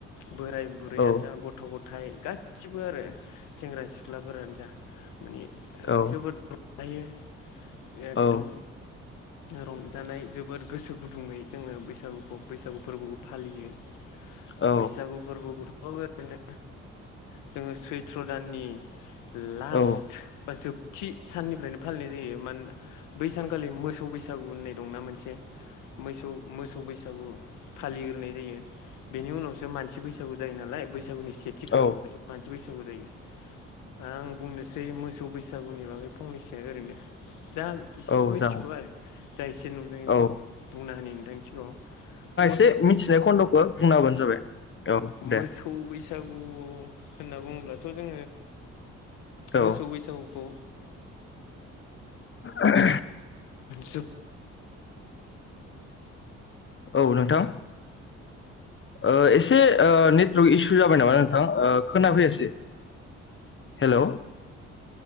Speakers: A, on the left; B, on the left.
A: बोराय बुरैयानो
B: औ
A: जा गथ' गथ' गथाय गासिबो आरो सेंग्रा सिख्लाफोरानो जा माने
B: औ
A: जोबोद दायो एकदम
B: औ
A: रंजानाय जोबोद गोसो गुदुङै जोङो बैसागुखौ बैसागु फोरबोखौ फालियो
B: औ
A: बैसागु फोरबोखौथ' ओरैनो जोङो सैथ्र' दाननि लास्ट
B: औ
A: बा जोबथि साननिफ्रायनो फालिनाय जायो मानोना बै सानखालि मोसौ बैसागु होननाय दंना मोनसे मोसौ मोसौ बैसागु फालिग्रोनाय जायो बेनि उनावसो मानसि बैसागु जायो नालाय बैसागुनि सेथि खालाम
B: औ
A: मानसि बैसागु बैसागु जायो आं बुंनोसै मोसौ बैसागुनि बागै फंनैसो ओरैनो जा एसे
B: औ
A: मिथिगौ
B: जागोन
A: आरो जा इसे नुदों बेखौ
B: औ
A: बुंनानै होनि नोंथांनि सिगां आव
B: बे मिथिनाय खन्द'खौ बुंना होबानो जाबाय। औ
A: मोसौ
B: दे
A: बैसागु होनना बुङोब्लाथ' जोङो
B: औ
A: मोसौ बैसागुखौ
B: आ
A: जोब
B: औ नोंथां ओ एसे नेटवर्क इसु जाबाय नामा नोंथां ओ खोनाफैयासै। हेल'